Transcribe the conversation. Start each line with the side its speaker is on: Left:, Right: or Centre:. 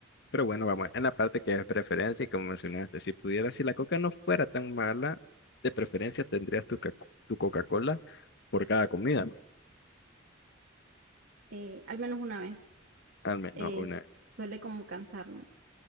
Left: Pero bueno, vamos, en la parte que es preferencia, y como mencionaste, si pudieras, si la coca no fuera tan mala, de preferencia tendrías tu, ca- tu Coca-Cola por cada comida, ¿no?
Right: eh, al menos una vez,
Left: Al menos
Right: eh,
Left: una.
Right: suele como cansarme.